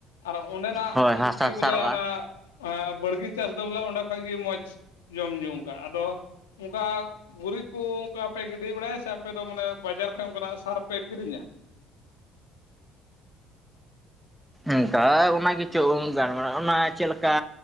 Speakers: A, on the left (about 70°); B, in the centre.
A: ᱟᱨ ᱚᱸᱰᱮᱱᱟᱜ
B: ᱦᱳᱭ ᱦᱟᱥᱟ
A: ᱜᱤ ᱵᱚᱞᱮ
B: ᱥᱟᱨᱚᱜᱼᱟ
A: ᱚᱱᱟ ᱮᱸ ᱵᱟᱲᱜᱤ ᱪᱟᱥ ᱫᱚ ᱵᱚᱞᱮ ᱚᱸᱰᱮ ᱠᱷᱚᱡ ᱜᱮ ᱢᱚᱸᱡᱽ ᱡᱚᱢ ᱧᱩ ᱠᱟᱜ ᱟᱫᱚ ᱩᱝᱠᱟ ᱜᱩᱨᱤᱡ ᱠᱩ ᱚᱝᱠᱟ ᱯᱮ ᱜᱤᱰᱤ ᱵᱟᱲᱟᱭᱟ ᱥᱮ ᱟᱯᱮ ᱫᱚ ᱢᱟᱱᱮ ᱵᱟᱡᱟᱨ ᱠᱷᱚᱡ ᱚᱱᱠᱟᱱᱟᱜ ᱥᱟᱨ ᱯᱮ ᱠᱤᱨᱤᱧᱟ?
B: ᱚᱱᱠᱟ ᱚᱱᱟ ᱜᱮᱪᱚ <inaudible> ᱚᱱᱟ ᱪᱤᱫᱞᱮᱠᱟ